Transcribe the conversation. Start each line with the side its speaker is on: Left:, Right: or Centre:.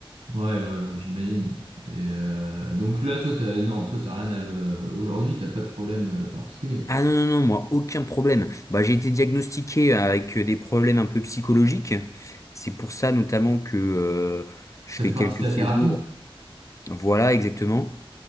Right: ouais, ouais, ouais, j'imagine. Et euh, donc là, toi, t'as, non, toi, t'as rien à, euh, aujourd'hui, t'as pas de problème euh, particulier, quoi.
Left: Ah non, non, non, moi, aucun problème. Bah, j'ai été diagnostiqué avec euh, des problèmes un peu psychologiques. C'est pour ça, notamment, que euh, je
Right: Ça
Left: fais
Right: fait partie
Left: quelques
Right: de
Left: séjours.
Right: ta thérapie?
Left: Voilà, exactement.